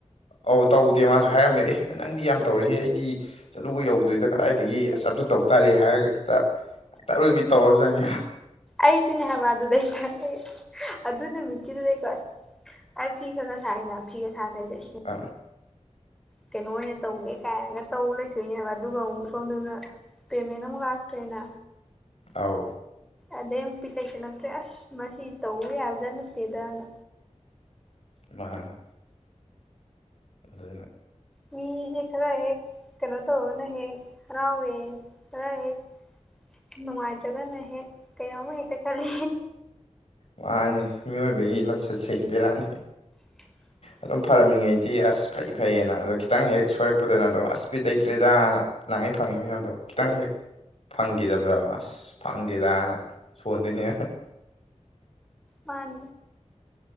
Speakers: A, on the left; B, in the centre.
A: ꯑꯧ ꯇꯧꯗꯦ ꯃꯥꯖꯨ ꯍꯥꯏꯔꯝꯃꯦ ꯑꯦ ꯅꯪꯗꯤ ꯌꯥꯝ ꯇꯧꯔꯦꯍꯦ ꯑꯩꯗꯤ ꯑꯁ ꯑꯗꯨꯒ ꯌꯧꯗ꯭ꯔꯤꯗ ꯀꯗꯥꯏꯗꯒꯤ ꯑꯁ ꯑꯝꯇꯥ ꯇꯧ ꯇꯥꯔꯦ ꯍꯥꯏꯔꯒ ꯍꯦꯛꯇ ꯍꯦꯛꯇ ꯑꯔꯣꯏꯕꯤ ꯇꯧꯔꯕꯖꯥꯠꯅꯤ
B: ꯑꯩꯖꯨꯅꯦ ꯍꯥꯏꯕ ꯑꯗꯨꯗꯩꯗ ꯑꯩ ꯑꯗꯨ ꯅꯨꯃꯤꯠ ꯀꯤꯗꯨꯗꯩꯀꯣ ꯑꯁ ꯑꯩ ꯐꯤ ꯈꯥꯒ ꯁꯥꯏꯅ ꯐꯤꯒ ꯁꯥꯗꯕꯤꯗ ꯏꯁ
A: <unintelligible>
B: ꯀꯩꯅꯣ ꯑꯣꯏꯅ ꯇꯧꯒꯦ ꯀꯥꯏꯅꯒ ꯇꯧ ꯂꯩꯊꯣꯛꯏꯅꯦ ꯍꯥꯏꯕ ꯑꯗꯨꯒ ꯑꯃꯨꯛ ꯁꯣꯝꯗꯅ ꯄꯦꯃꯦꯟ ꯑꯃꯨꯛ ꯂꯥꯛꯇ꯭ꯔꯦꯅ
A: ꯑꯥꯎ
B: ꯑꯗꯩ ꯑꯃꯨꯛ ꯕꯤꯠ ꯂꯩꯁꯤꯜꯂꯛꯇ꯭ꯔꯦ ꯑꯁ ꯃꯁꯤ ꯇꯧꯔꯨ ꯌꯥꯕꯖꯥꯠ ꯅꯠꯇꯦꯗꯅ
A: ꯃꯥꯅꯤ ꯑꯗꯨꯅ
B: ꯃꯤꯖꯦ ꯈꯔ ꯍꯦꯛ ꯀꯩꯅꯣ ꯇꯧꯔꯒꯅ ꯍꯦꯛ ꯍꯔꯥꯎꯔꯦ ꯈꯔ ꯍꯦꯛ ꯅꯨꯡꯉꯥꯏꯇ꯭ꯔꯒꯅ ꯍꯦꯛ ꯀꯩꯅꯣꯝꯃ ꯍꯦꯛꯇ ꯈꯜꯂꯤ
A: ꯃꯥꯅꯤ ꯃꯤꯑꯣꯏꯕꯒꯤ ꯂꯝꯆꯠꯁꯦ ꯕꯤꯔꯥꯅꯤ
B: <inaudible>
A: ꯑꯗꯨꯝ ꯐꯔꯝꯃꯤꯉꯩꯗꯤ ꯑꯁ ꯐꯩ ꯐꯩꯌꯦꯅ ꯑꯗꯣ ꯈꯤꯇꯪ ꯍꯦꯛ ꯁꯣꯏꯔꯛꯄꯗꯅ ꯑꯗꯨꯝ ꯑꯁ ꯕꯤꯠ ꯂꯩꯇ꯭ꯔꯦꯗꯥꯅ ꯅꯪ ꯍꯦꯛ ꯐꯪꯉꯤꯕꯅꯤꯅ ꯑꯗꯣ ꯈꯤꯠꯇꯪ ꯍꯦꯛ ꯐꯪꯒꯤꯗꯕꯔ ꯑꯁ ꯐꯪꯗꯦꯗ ꯐꯣꯟꯗꯩꯅꯦꯅ
B: ꯄꯥꯟ